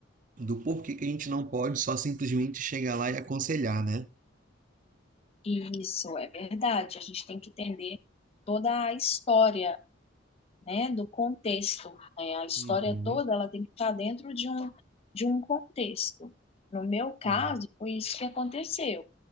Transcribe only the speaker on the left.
E isso é verdade. A gente tem que entender toda a história, né, do contexto. né? A história
toda ela tem que estar dentro de um de um contexto. No meu caso,
foi isso que aconteceu.